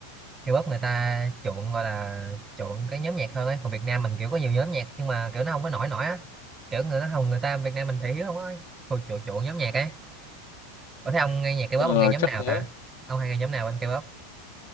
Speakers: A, on the right; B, on the left.
A: K-pop người ta chuộng gọi là chuộng cái nhóm nhạc hơn ấy, còn Việt Nam mình kiểu có nhiều nhóm nhạc nhưng mà kiểu nó không có nổi nổi á. Kiểu người nó không người ta Việt Nam mình thì hiếu không á, hồi chuộng chuộng nhóm nhạc ấy. Có thấy ông nghe nhạc K-pop
B: ờ,
A: ông nghe nhóm
B: chắc
A: nào
B: thế
A: ta? Ông hay nghe nhóm nào bên K-pop?